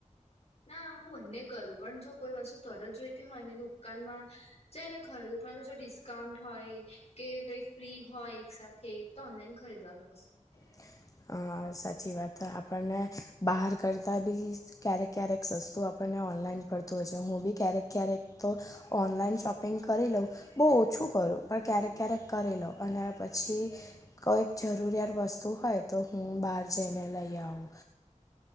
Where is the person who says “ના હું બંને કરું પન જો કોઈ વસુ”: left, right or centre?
Left